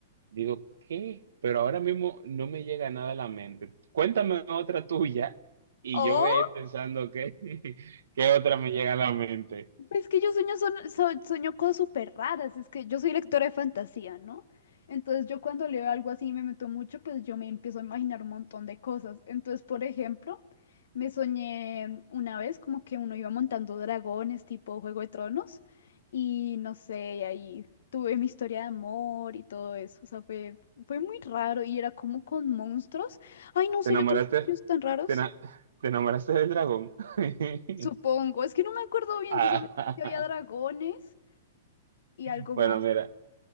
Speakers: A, on the right; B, on the left.
A: digo, ¿qué? Pero ahora mismo no me llega nada a la mente. Cuéntame otra tuya y
B: ¡Oh!
A: yo voy a ir pensando qué, <laughs> qué otra me llega a la mente.
B: Es que yo sueño, son, so- sueño cosas súper raras, es que yo soy lectora de fantasía, ¿no? Entonces yo cuando leo algo así y me meto mucho, pues yo me empiezo a imaginar un montón de cosas. Entonces, por ejemplo, me soñé una vez como que uno iba montando dragones tipo Juego de Tronos y no sé, ahí tuve mi historia de amor y todo eso. O sea, fue, fue muy raro y era como con monstruos. Ay, no sé,
A: ¿Te enamoraste?
B: yo tengo sueños tan raros.
A: ¿Te, ena- te enamoraste del dragón? <laughs>
B: Supongo, es que no me acuerdo bien,
A: Ah,
B: yo solamente sé que había dragones. y
A: <laughs>
B: algo
A: bueno,
B: más.
A: mira,